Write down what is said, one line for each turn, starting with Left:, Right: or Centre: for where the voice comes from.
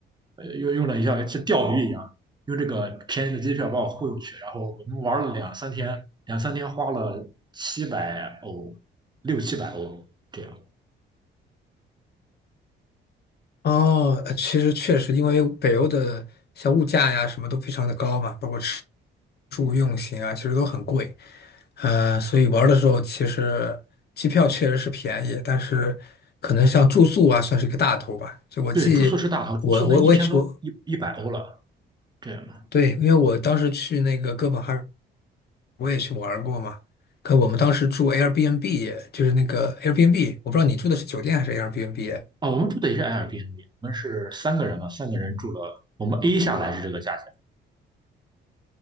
Right: 呃用用了一下像钓鱼一样，用这个便宜的机票把我忽悠去，然后我们玩了两三天，两三天花了七百欧，六七百欧这样。
Left: 哦，呃其实确实，因为北欧的像物价呀什么都非常的高嘛，包括吃住用行啊，其实都很贵。呃，所以玩儿的时候其实机票确实是便宜，但是可能像住宿啊算是一个大头吧。就我记，
Right: 对，住宿是大头，住宿那一天都一一百欧了
Left: 我我我也去我
Right: 这样的。
Left: 对，因为我当时去那个哥本哈根，我也去玩儿过嘛。可我们当时住 Airbnb，就是那个 Airbnb，我不知道你住的是酒店还是 Airbnb。
Right: 啊，我们住的也是 Airbnb，我们是三个人嘛，三个人住了，我们 A 下来是这个价钱。